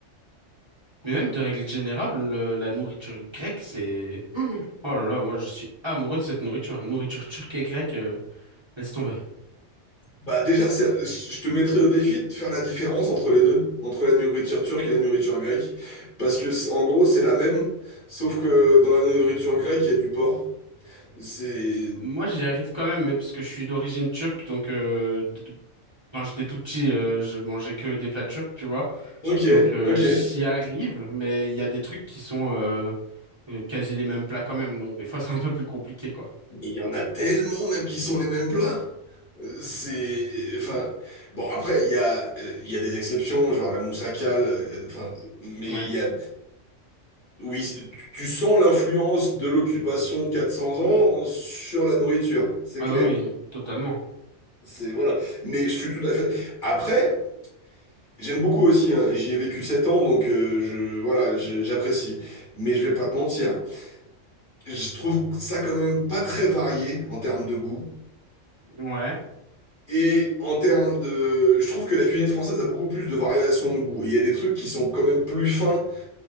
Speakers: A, on the right; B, on the left.
A: Mais même de règle générale, le- la nourriture grecque, c'est... Mmh. Oh là là, moi je suis amoureux de cette nourriture. Nourriture turque et grecque, euh, laisse tomber.
B: Bah déjà, c'est- je te mettrais au défi de faire la différence entre les deux, entre la nourriture turque et la nourriture grecque, parce que c'est- en gros c'est la même, sauf que dans la nourriture grecque il y a du porc. C'est
A: Moi j'y arrive quand même, mais parce que je suis d'origine turque, donc euh, de- de- quand j'étais tout petit, euh, je mangeais que des plats turcs, tu vois.
B: ok,
A: Donc euh,
B: ok.
A: j'y arrive, mais il y a des trucs qui sont euh, euh, quasi les mêmes plats quand même, donc des fois <laughs> c'est un peu plus compliqué, quoi.
B: Il y en a tellement même qui sont les mêmes plats. Euh, C'est enfin bon après il y a euh, il y a des exceptions genre la moussakal, euh, enfin mais
A: Ouais.
B: il y a oui tu tu sens l'influence de l'occupation de 400 ans sur la nourriture, c'est
A: Ah
B: clair.
A: bah oui, totalement.
B: C'est voilà. Mais je suis tout à fait. Après, j'aime beaucoup aussi. hein, et J'y ai vécu 7 ans, donc euh, je voilà, je- j'apprécie. Mais je vais pas te mentir. Je trouve ça quand même pas très varié en termes de goût.
A: Ouais.
B: Et en termes de, je trouve que la cuisine française a beaucoup plus de variations de goût. Il y a des trucs qui sont quand même plus fins